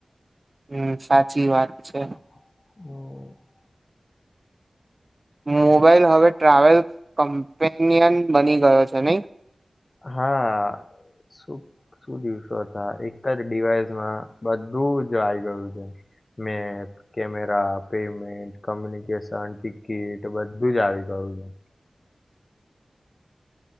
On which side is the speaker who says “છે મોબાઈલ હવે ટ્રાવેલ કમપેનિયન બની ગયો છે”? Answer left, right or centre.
Right